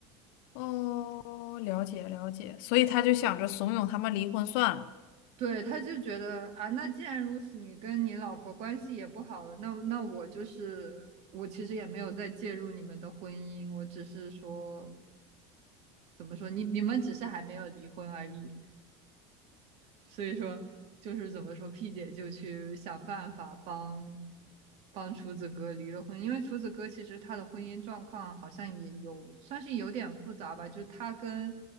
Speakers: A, on the left (about 65°); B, on the right (about 50°).
A: 哦，了解了解，所以他就想着怂恿他们离婚算了。
B: 对，他就觉得啊，那既然如此，你跟你老婆关系也不好了，那那我就是我其实也没有再介入你们的婚姻，我只是说怎么说，你你们只是还没有离婚而已。所以说就是怎么说，P 姐就去想办法帮帮厨子哥离了婚，因为厨子哥其实他的婚姻状况好像也有算是有点复杂吧，就是他跟